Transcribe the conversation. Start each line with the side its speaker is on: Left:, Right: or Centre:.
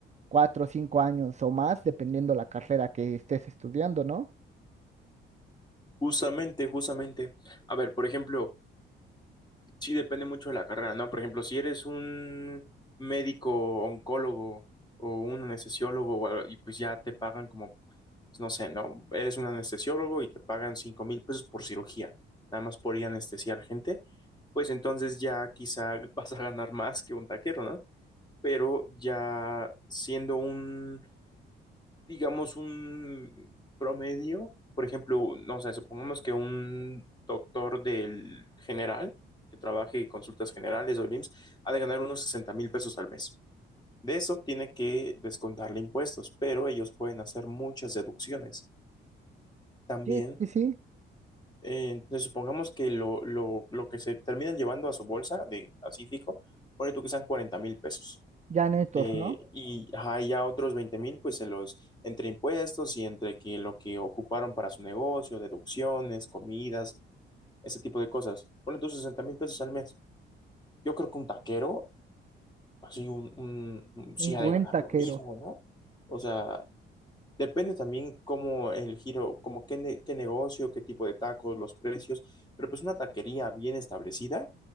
Right: cuatro o cinco años o más, dependiendo la carrera que estés estudiando, ¿no?
Left: Justamente, justamente. A ver, por ejemplo, sí depende mucho de la carrera, ¿no? Por ejemplo, si eres un médico, oncólogo o un anestesiólogo, o algo, y pues ya te pagan como pues, no sé, ¿no? Eres un anestesiólogo y te pagan cinco mil pesos por cirugía, nada más por ir a anestesiar gente, pues entonces ya quizá <laughs> vas a ganar más que un taquero, ¿no? Pero ya siendo un, digamos, un promedio, por ejemplo, no sé, supongamos que un doctor del general que trabaje en consultas generales o el IMSS, ha de ganar unos sesenta mil pesos al mes. De eso tiene que descontarle impuestos, pero ellos pueden hacer muchas deducciones. También
Right: Sí, sí, sí,
Left: Eh, entonces, supongamos que lo, lo- lo que se terminan llevando a su bolsa, de, así fijo, pone tú que sean cuarenta mil pesos.
Right: ya netos,
Left: Eh,
Right: ¿no?
Left: y ajá, y ya otros veinte mil, pues se los, entre impuestos y entre que lo que ocuparon para su negocio, deducciones, comidas, ese tipo de cosas. Pone tú sesenta mil pesos al mes. Yo creo que un taquero, así, un, un, un- sí
Right: Un
Left: ha
Right: buen
Left: de ganar
Right: taquero.
Left: lo mismo, ¿no? O sea, Depende también cómo el giro, como qué, ne- qué negocio, qué tipo de tacos, los precios, pero pues una taquería bien establecida,